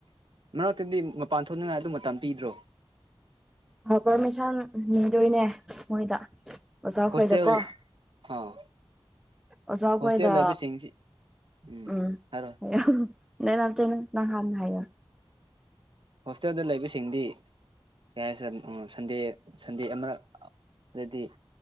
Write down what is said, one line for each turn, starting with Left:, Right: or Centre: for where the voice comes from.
Right: ꯃꯔꯛꯇꯗꯤ ꯃꯄꯥꯟ ꯊꯣꯛꯅꯤꯡꯉꯥꯏ ꯑꯗꯨ ꯃꯇꯝ ꯄꯤꯗ꯭ꯔꯣ
Centre: ꯄꯥꯔꯃꯤꯁꯟ ꯅꯤꯗꯣꯏꯅꯦ ꯃꯣꯏꯗ ꯑꯣꯖꯥ
Right: ꯍꯣꯁꯇꯦꯜ
Centre: ꯍꯣꯏꯗꯀꯣ
Right: ꯑꯥ
Centre: ꯑꯣꯖꯈꯣꯏꯗ
Right: ꯍꯣꯁꯇꯦꯜ ꯂꯩꯕꯁꯤꯡꯁꯤ ꯎꯝ
Centre: ꯎꯝ
Right: ꯍꯥꯏꯔꯣ
Centre: <unintelligible> ꯅꯪ ꯍꯥꯥꯟꯅ ꯍꯥꯏꯌꯣ
Right: ꯍꯣꯁꯇꯦꯜꯗ ꯂꯩꯕꯁꯤꯡꯗꯤ ꯀꯩ ꯍꯥꯏꯁꯤꯔꯥ ꯁꯟꯗꯦ ꯁꯟꯗꯦ ꯑꯃꯔꯛ ꯑꯗꯗꯤ